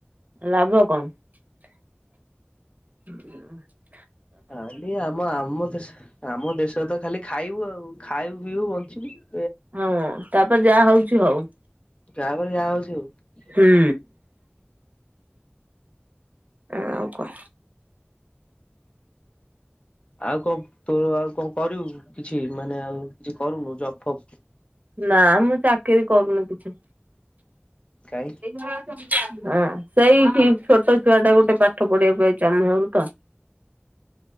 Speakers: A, on the right; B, on the left.
A: ଲାଭ କଣ ହ <unintelligible>
B: ଖାଲି ଆମ, ଆମ ଦେଶ, ଆମ ଦେଶରେ ତ ଖାଲି ଖାଇବୁ ଆଉ, ଖାଇବୁ, ପିଇବୁ, ବଞ୍ଚିବୁ ।
A: ହଁ ତାପରେ ଯାହା ହଉଛି, ହଉ
B: ଯାପରେ ଯା ହଉଛି ହଉ।
A: ହୁଁ ଆଉ କହ?
B: ଆଉ କଣ ତୋ ଆଉ କଣ କରିବୁ? କିଛି ମାନେ ଆଉ କିଛି କରୁନୁ, ଜପ୍ ଫବ୍ ।
A: ନା ମୁଁ ଚାକିରି କରୁନି କିଛି
B: କାଇଁ
A: ହଁ ସେଇ ଛୋଟ ଛୁଆ ଟା ଗୋଟେ ପାଠ ପଢିବାକୁ ଆଇଛି ଆମ ଘରକୁ ତ